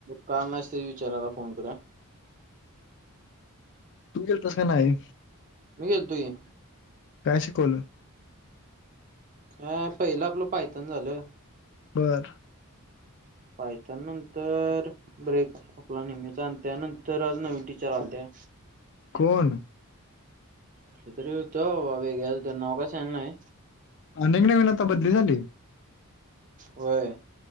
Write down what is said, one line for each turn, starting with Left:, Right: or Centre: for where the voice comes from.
Right: का आला नाहीस ते विचारायला फोन करुया
Left: तू गेलतास का नाही?
Right: मी गेलतो की.
Left: काय शिकवलं?
Right: हा पहिल आपल पायथन झालं.
Left: बरं
Right: पायथन नंतर ब्रेक. आपला नेहमीचा आणि त्यानंतर आज नवीन टीचर आलत्या
Left: कोण?
Right: कोण तरी होत बाबा वेगळ्या होत्या नाव काय सांगितलं नाय.
Left: अनेक नविन आता बदली झाली.
Right: होय